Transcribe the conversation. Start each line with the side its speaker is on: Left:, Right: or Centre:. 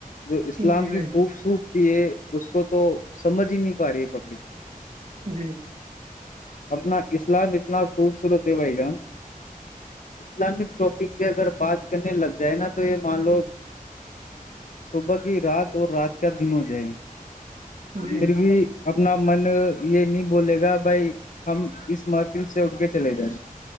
Left: جو اسلام
Right: جی بھائی
Left: کی خوبصورتی ہے اس کو تو سمجھ ہی نہیں پا رہی ہے پبلک
Right: جی
Left: اپنا اسلام اتنا خوبصورت ہے بھائی جان اسلامک ٹاپک پہ اگر بات کرنے لگ جائے نا تو یہ مان لو صبح کی رات اور رات کا دن ہو جائے
Right: جی
Left: پھر بھی اپنا من یہ نہیں بولے گا بھائی ہم اس محفل سے اڑ کے چلے گئے